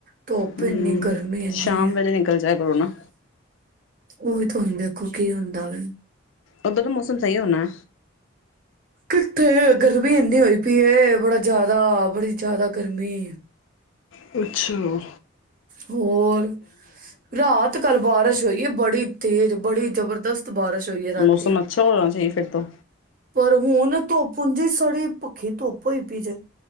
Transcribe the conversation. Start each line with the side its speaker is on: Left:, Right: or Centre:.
Right: ਧੁੱਪ
Left: ਹੂਅ
Right: ਇੰਨੀ ਗਰਮੀ ਇੰਨੀ
Left: ਸ਼ਾਮ
Right: ਹੈ
Left: ਵੇਲੇ ਨਿਕਲ ਜਿਆ ਕਰੋ ਨਾ।
Right: ਉਹ ਹੀ ਤੇ ਹੋਂਦੇ। ਕੋਕੀ ਹੁੰਦਾ ਵਾ।
Left: ਓਦਰ ਦਾ ਮੌਸਮ ਸਹੀ ਹੋਣਾ।
Right: ਕਿੱਥੇ? ਗਰਮੀ ਇੰਨੀ ਹੋਈ ਪਈ ਏ, ਬੜਾ ਜਿਆਦਾ, ਬੜੀ ਜਿਆਦਾ ਗਰਮੀ।
Left: ਪੁਛੋ?
Right: ਹੋਰ, ਰਾਤ ਕੱਲ ਬਾਰਿਸ਼ ਹੋਈ ਐ ਬੜੀ। ਤੇਜ਼ ਬੜੀ ਜ਼ਬਰਦਸਤ। ਬਾਰਿਸ਼ ਹੋਈ ਹੈ ਰਾਤੀ।
Left: ਮੌਸਮ ਅੱਛਾ ਹੋਣਾ ਚਾਹੀਏ ਫਿਰ ਤੋਂ
Right: ਪਰ ਹੁਣ ਧੁੱਪ ਉਜੀਂ ਸੜੀ ਭੱਖੀ ਧੁੱਪ ਹੋਈ ਪੀ ਜੇ